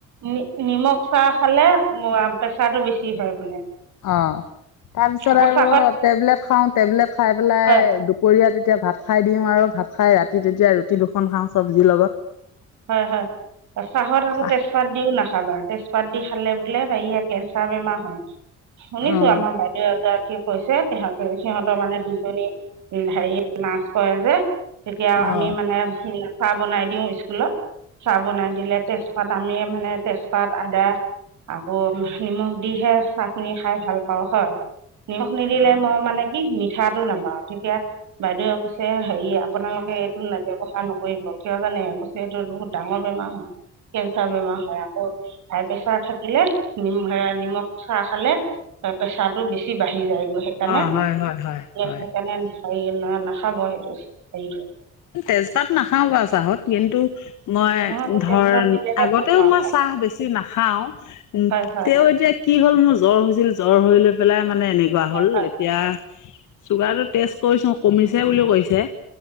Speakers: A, on the right; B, on the left.
A: নি নিমখ চাহ খালে প্ৰেছাৰ টো বেছি হয় বোলে।
B: অ' তাৰপিছত
A: আকৌ
B: আৰু
A: চাহত
B: টেবলেট খাওঁ, টেবলেট খাই পেলাই
A: হয়
B: দুপৰীয়া তেতিয়া ভাত খাই দিওঁ আৰু, ভাত খাই ৰাতি যেতিয়া ৰুটি দুখন খাওঁ চবজিৰ লগত
A: হয় হয়, চাহত আকৌ
B: অ',
A: তেজপাত দিও নাখাবা। তেজপাত দি খালে বোলে এক বেমাৰ হয়। শুনিছো
B: অ'।
A: আমাৰ বাইদেউ এগৰাকী কৈছে তহঁতে সিহঁতৰ মানে দুজনী উ হেৰি ৰ্নাছ কৰে যে তেতিয়া
B: অ',
A: আমি মানে চাহ বনাই দিওঁ স্কুলত চাহ বনাই দিলে তেজপাত আমি মানে তেজপাত আদা আকৌ নিমখ দিহে চাহ খিনি খাই ভাল পাওঁ হয়। নিমখ নিদিলে
B: অ',
A: মই মানে কি মিঠাটো নাপাওঁ। তেতিয়া বাইদেৱে কৈছে হেৰি আপোনালোকে এইটো নে ব্যয়ৱসা নকৰিব, কিয় জানে যিহেতু বহুত ডাঙৰ বেমাৰ হয়, কেঞ্চাৰ বেমাৰ হয় আকৌ। হাই প্ৰেছাৰ থাকিলে নিমখ, নিমখ চাহ খালে প্ৰেছাৰটো বেছি বাঢ়ে। আহি যায়, সেইকাৰণে
B: অ', হয়, হয়, হয়, হয়,
A: সেইকাৰণে হে নাখাব সেইটো হেৰিটো।
B: তেজপাত নাখাও বাৰু চাহত। কিন্তু মই
A: আকৌ
B: ধৰ
A: তেজপাত দিলেহে
B: আগতেও
A: ভাল পাওঁ
B: মই চাহ বেছি নাখাওঁ।
A: খাই হয়
B: তেওঁ এতিয়া কি হ'ল মোৰ জ্বৰ হৈছিল জ্বৰ হৈ লৈ পেলাই মানে এনেকুৱা হল,
A: হয় হয়
B: এতিয়া চুগাৰ টো টেষ্ট কৰিছো কমিছে বুলি কৈছে।